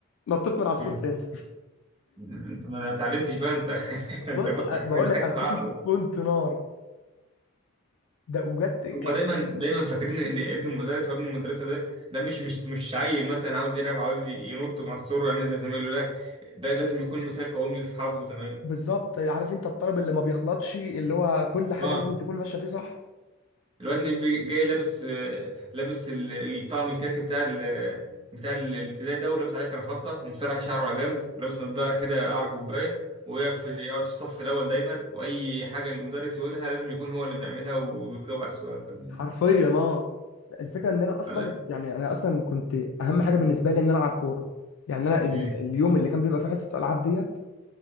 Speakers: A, on the left; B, on the right.
A: نطيت من عصفور
B: مم.
A: تاني
B: انت ما اتعلمتش بقى انت <laughs>
A: بص
B: انت مت
A: أ-
B: حسين
A: بقول
B: محتاج
A: لك انا
B: تتعاقب
A: كنت كنت نار ده وجدت ك-
B: هما دايما دايما فاكرين ان ابن المدرس او ابن المدرسه ده ده مش مش مش عيل مثلا عاوز يلعب عاوز ينط من على السور ويعمل زي زمايله لا ده لازم يكون مثال قومي لاصحابه وزمايله
A: بالظبط عارف انت الطالب اللي ما بيغلطش اللي هو كل حاجه
B: اه
A: لازم تكون ماشيه فيه صح
B: الواد اللي بي- جاي لابس آه، لابس ال- الطقم الكاكي بتاع ال- بتاع ال- الابتدائي ده ولابس عليه كرافطه ومسرح شعره على جنب ولابس نضاره كده قعر كوبايه ويقف يقعد في الصف الاول دايما واي حاجه المدرس يقولها لازم يكون هو اللي بيعملها وبيجاوب على السؤال والكلام من
A: حرفيا
B: ده
A: اه الفكره ان انا اصلا
B: سلام
A: يعني انا اصلا كنت اهم حاجه بالنسبه لي ان انا العب كوره يعني انا ال-
B: امم
A: اليوم اللي كان بيبقى فيه حصه العاب ديت